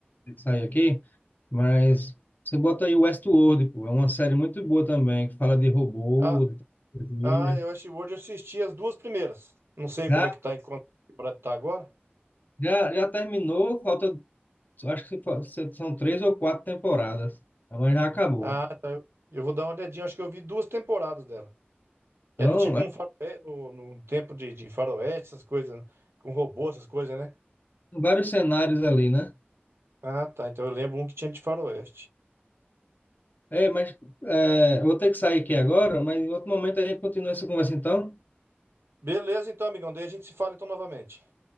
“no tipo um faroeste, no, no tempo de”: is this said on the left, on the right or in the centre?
Right